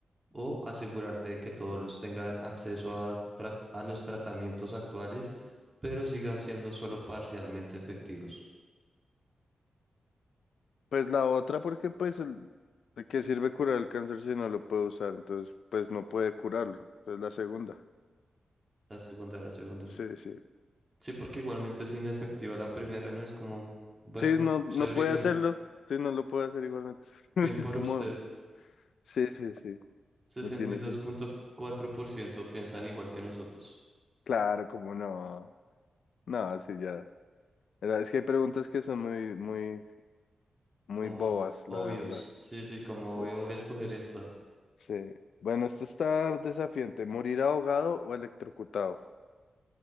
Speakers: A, on the right (about 20°); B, on the left (about 80°).
A: o asegurarte de que todos tengan acceso a, trat- a los tratamientos actuales, pero sigan siendo solo parcialmente efectivos.
B: Pues la otra, porque pues, el, ¿de qué sirve curar el cáncer si no lo puede usar? Entonces, pues no puede curarlo. Entonces la segunda.
A: La segunda, la segunda.
B: Sí, sí.
A: Sí, porque igualmente es inefectiva la primera, ¿no? Es como, bueno,
B: Sí, no, no
A: severísimo.
B: puede hacerlo. Sí, no lo puede hacer igualmente. <laughs>
A: Bien
B: Es
A: por
B: como,
A: usted.
B: sí, sí, sí.
A: Sesenta
B: No tiene
A: y dos
B: sentido.
A: punto cuatro por ciento piensan igual que nosotros.
B: Claro, como no. No, sí, ya. Es que hay preguntas que son muy, muy, muy
A: Como
B: bobas,
A: obvios.
B: la verdad.
A: Sí, sí, como
B: Sí.
A: obvio voy a escoger esta.
B: Sí. Bueno, esto está desafiante. ¿Morir ahogado o electrocutado?